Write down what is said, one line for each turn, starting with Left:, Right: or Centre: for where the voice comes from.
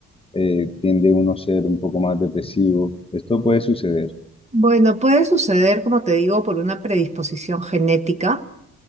Left: eh, tiende uno a ser un poco más depresivo. Esto puede suceder.
Right: Bueno, puede suceder, como te digo, por una predisposición genética.